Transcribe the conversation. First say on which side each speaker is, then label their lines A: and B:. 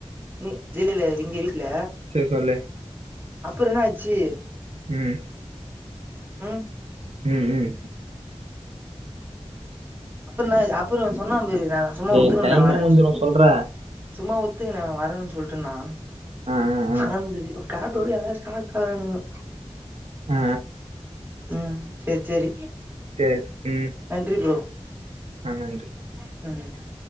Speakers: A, on the right; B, on the right.
A: <unintelligible> இங்க வீட்ல
B: சேர் சொல்லு
A: அப்புற என்னாச்சு
B: உம்
A: ம்
B: ம் உம்
A: பின்னய் அப்புறம் சொன்னா பாரு சும்மா
B: டேய்
A: ஒத்துக்கண்டாங்
B: டைமே
A: வரேன்
B: முடிஞ்சிடும்
A: சொல்ட்டு
B: சொல்றேன்
A: சும்மா உத்துங்கன வரன் சொல்ட்டன்னா
B: ஆ ஆ ஆ
A: ஆனந்த்த வே கட்டோவே எல்ல ஸ்டாட் ஆறானுங்க
B: அ
A: உம் சேர் சேரி
B: சேரி ம்
A: நன்றி ப்ரோ
B: ஆ நன்றி
A: ம்